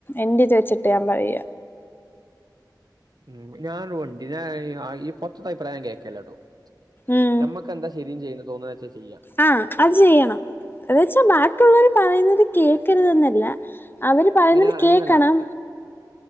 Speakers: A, on the left (about 30°); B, on the right (about 60°).
A: എന്റിത് വെച്ചിട്ട് ഞാൻ പറയ.
B: ഉം ഞാൻ വണ്ടിടെ ഞാ ഹേ ആ ഈ പൊത്തത് അഭിപ്രായം കേൾക്കേലട്ടോ.
A: ഉം
B: ഞമ്മക്കെന്താ ശേരീന്ന് ചെയ്യ്ണ തോന്ന്ണാച്ചേ ചെയ്യാ.
A: ആ അത് ചെയ്യണം. എന്ന വെച്ചാ ബാക്കിള്ളോര് പറയുന്നത് കേൾക്കരുതെന്നല്ല. അവെര് പറയുന്നത്
B: അയിന്
A: കേക്കണം.
B: അങ്ങനല്ല